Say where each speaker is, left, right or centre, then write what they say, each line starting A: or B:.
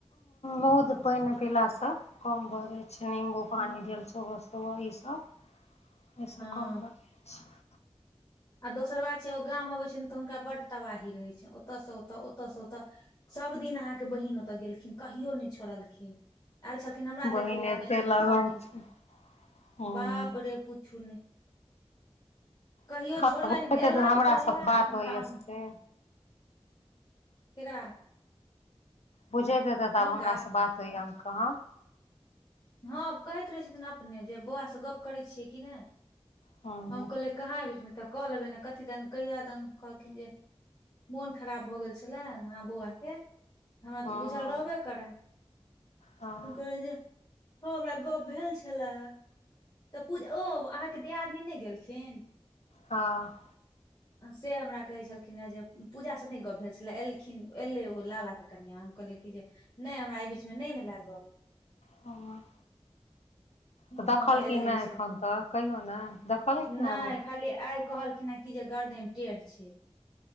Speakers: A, on the left; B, on the left.
A: मौध पानि पीलासँ कम भऽ जाइ छै निम्बू
B: हूँ
A: पानि भेल सेहो सब वही स एहिस
B: हँ
A: काम बै छै
B: आ दोसर बात छै ओ गाम अबै छनि तऽ हुनका बड तबाही रहै छनि ओतयसँ ओतऽ ओतयसँ ओतऽ सभ दिन अहाँके बहिन ओतय गेलखिन कहियो नय छोड़लखिन आयल छलखिन हमरा देखे
A: बहिन
B: लए
A: एते
B: जाइ छलखिन
A: लगाव
B: सब दिन
A: छै हूँ
B: बाप रे पूछू नै कहियो
A: बुझैत
B: छोड़बे ने
A: हेतै
B: एला
A: तऽ हमरासँ
B: उतरला
A: बात
B: हुनका
A: होइए
B: ओन्
A: से
B: केकरा
A: बुझति हेतथि तऽ आब
B: हुनका
A: हमरास से बात होइया अहां कहाँ
B: हँ कहती रहै छथिन अपने जे बौआसँ गप्प करै छियै कि नय
A: हँ
B: हम कहलियै कहाँ अय बीच मे तऽ कऽ लेबै ने कथी दन कहिया दिन कहलखिन जे मोन खराब भऽ गेल छेला आहां बौआ के हमरा
A: हँ
B: तऽ बुझल रहबे करै
A: हँ
B: कहे जे ह हमरा गप्प भेल छलए तऽ पूज ओ अहाँके दियादनी नय गेलखिन
A: हँ
B: से हमरा कहै छलखिन हेँ जे पूजासँ नहि गप्प भेल छलए एलखिन एलै ओ लाला के बेटी कनिआ हम कहलियै कि जे नय हमरा अई बीच मे नय भेला गप्प
A: तहन तऽ देखलखिन
B: हँ एलै
A: नहि
B: से
A: एखन तऽ कहियौ ने देखलखिन
B: नहि
A: आब ओ
B: खाली आइ कहलखिन हेँ कि जे गर्दनि टेढ़ छै।